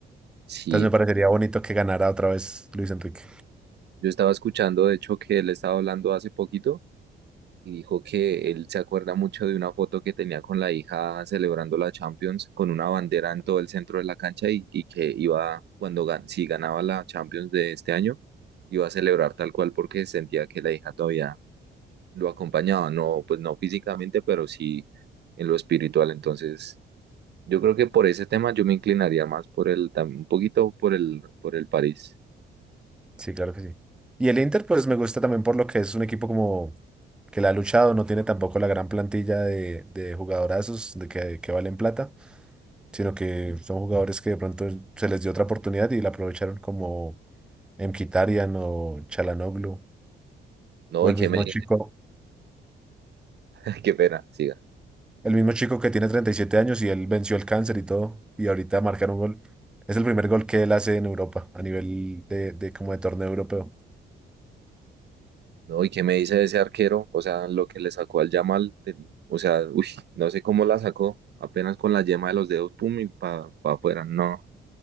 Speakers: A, on the right; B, in the centre.
A: Sí,
B: Entonces me parecería
A: sí.
B: bonito que ganara otra vez Luis Enrique.
A: yo estaba escuchando de hecho que él estaba hablando hace poquito y dijo que él se acuerda mucho de una foto que tenía con la hija celebrando la Champions con una bandera en todo el centro de la cancha y, y que iba, cuando gan- si ganaba la Champions de este año, iba a celebrar tal cual porque sentía que la hija todavía lo acompañaba, no, pues no físicamente, pero sí en lo espiritual. Entonces, yo creo que por ese tema yo me inclinaría más por el, tam- un poquito por el, por el París.
B: Sí, claro que sí. Y el Inter, pues me gusta también por lo que es un equipo como que la ha luchado, no tiene tampoco la gran plantilla de, de jugadorazos de que, que valen plata, sino que son jugadores que de pronto se les dio otra oportunidad y la aprovecharon como Mkhitaryan o Chalanoglu
A: No,
B: o
A: y
B: el
A: qué
B: mismo
A: me,
B: chico.
A: <laughs> qué pena, siga.
B: El mismo chico que tiene 37 años y él venció el cáncer y todo, y ahorita marcar un gol. Es el primer gol que él hace en Europa, a nivel de, de como de torneo europeo.
A: No, ¿y qué me dice de ese arquero? O sea, lo que le sacó al Yamal, te- o sea, uy, no sé cómo la sacó, apenas con la yema de los dedos, pum, y para afuera. No,